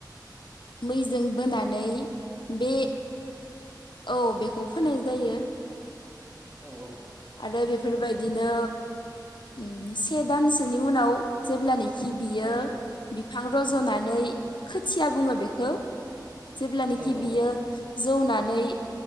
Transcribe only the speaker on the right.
औ औ।
औ
औ